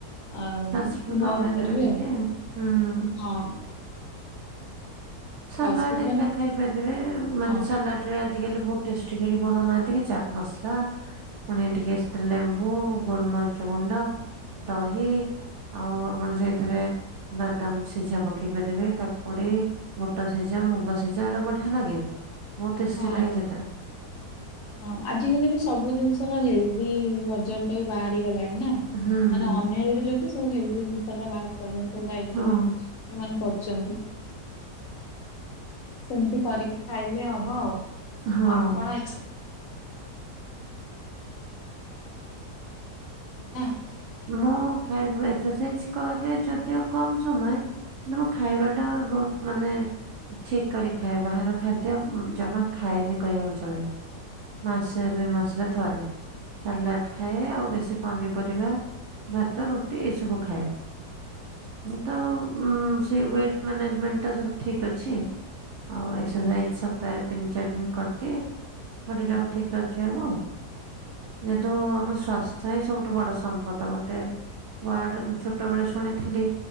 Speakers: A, on the left (about 60°); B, on the right (about 70°).
A: ଆଉ
B: ଶାଶୁର କମେଇଦେବେ
A: ବନ୍ଦ୍ କରିବି
B: ଟିକେ
A: ଆଉ -ହଁ।
B: ହୁଁ। ସାଲାଡ
A: ଫାଷ୍ଟଫୁଡ୍
B: ଏରିକା
A: ମାନେ
B: ଖାଇ ପାରିବେ ମାନେ
A: ହଁ
B: ସାଲାଡ୍ ରେ ଆଜିକାଲି ବହୁତ ଟେଷ୍ଟି କରି ବନଉ ନାହାନ୍ତି କି ଚାଟ୍ ମସଲା ପୁଣି ଟିକେ ସେଥିରେ ଲେମ୍ବୁ, ଗୋଲମରିଚ ଗୁଣ୍ଡ, ଦହି, ଆଉ ଆପଣ ସେଇଥିରେ ବାଦାମ୍ ସିଝା ପକେଇ ପାରିବେ। କାକୁଡି ବୁଟ ସିଝା, ମୁଗ ସିଝା ଏଟା ବଢିଆ ଲାଗେ ବହୁତ୍ ଟେଷ୍ଟି
A: ହଁ
B: ଲାଗେ ସେଇଟା।
A: ହଁ ଆଜିକାଲି ବି ସବୁ ଜିନିଷର ହେଲ୍ଦି ବର୍ଜନ୍ ଟା ବି ବାହାରି ଗଲାଣି ନା।
B: ହୁଁ ହୁଁ
A: ମାନେ ଅନ୍ ହେଲ୍ଦି ରେବୀ ସବୁ ହେଲ୍ଦି ଜିନିଷ ଟା ବାହାର କରିନି ସବୁ
B: ହଁ
A: ସେମାନେ କରିଚନ୍ତି। ସେମିତି କରିକି ଖାଇଲେ ହବ। ଆଉ
B: ହଁ
A: ଆପଣ <unintelligible>
B: ମୁଁ ଖାଇବା ଏକ୍ସରସାଇଜ୍ କରେ ଯଦିଓ କମ୍ ସମୟ- ମୁଁ ଖାଇବା ଟା ବହୁତ୍ ମାନେ ଠିକ୍ କରି ଖାଏ ବାହାର ଖାଦ୍ୟ ଜମା ଖାଏନି କହିବାକୁ ଚଳେ। ମାସେ ଦୁଇ ମାସରେ ଥରେ। ସାଲାଡ୍ ଖାଏ ଆଉ ବେଶି ପନିପରିବା ଭାତ ରୁଟି ଏସବୁ ଖାଏ। ତ ସେ ୱେଟ୍ ମ୍ୟାନେଜମେଣ୍ଟ୍ ଟା ସବୁ ଠିକ୍ ଅଛି। ଆଉ ଏକ୍ସରସାଇଜ୍ ସପ୍ତାହରେ ତିନି ଚାରି ଦିନ କରିଦିଏ। ବଡି ଟାକୁ ଠିକ୍ ରଖିବାକୁ ଯେହେତୁ ଆମ ସ୍ଵାସ୍ଥ୍ୟ ହିଁ ସବୁଠୁ ବଡ ସମ୍ପ ପଦ ଗୋଟେ ୱାଡ୍ ଛୋଟ ବେଳେ ଶୁଣିଥିଲି